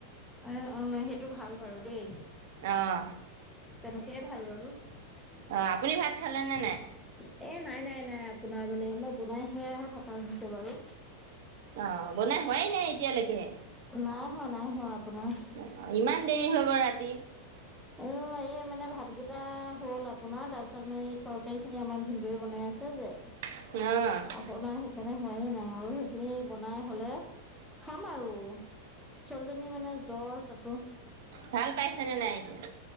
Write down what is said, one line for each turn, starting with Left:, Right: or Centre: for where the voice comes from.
Centre: এ অ', সেইটো ভাল বাৰু দেই।
Right: অ'।
Centre: তেনেকেইে ভাল বাৰু। এ নাই,
Right: অ আপুনি ভাত খালে নে নাই
Centre: নাই, নাই আপোনাৰ মানে আমাৰ বনাই সে থাকা হৈছে বাৰু।
Right: অ', বনাই হোৱাই নাই এতিয়ালৈকেহে।
Centre: নাই হোৱা, নাই হোৱা আপোনাৰ।
Right: অ', ইমান দেৰি হৈ গ'ল ৰাতি।
Centre: অ', এই মানে ভাতকেইটা হ'ল আপোনাৰ তাৰ পিছত মানে এই তৰকাৰী খিনি আমাৰ ভিনদেউ বনাই আছে। চবে।
Right: <inaudible>
Centre: বনাই সেইকাৰণে হোৱাই নাই আৰু সেইখিনি বনাই হ'লে খাম আৰু। ছোৱালীজনী মানে জ্বৰ তাতো।
Right: ভাল পাইছেনে নাই এতিয়া।